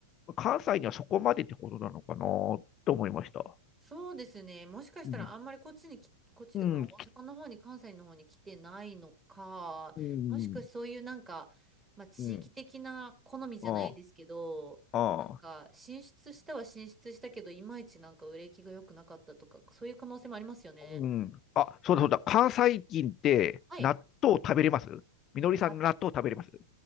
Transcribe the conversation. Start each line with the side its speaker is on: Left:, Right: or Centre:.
Left: 関西にはそこまでってことなのかなと思いました。
Right: そうですね。もしかしたらあんまりこっちにき、
Left: うん。
Right: こっちというか、
Left: うん。
Right: まあ大阪の方に関西の方に来てないのか、
Left: きうん。
Right: もしくはそういうなんか、まあ地域的な好みじゃないですけど、
Left: うん。ああ。
Right: なんか進出したは進出したけど、
Left: あ
Right: いまいちなんか売れ行きが良くなかったとか、そういう可能性もありますよね。
Left: あ。うん。あ、そうだそうだ。関西人って納豆食べれますみのりさん納豆食べれます
Right: はい。あ、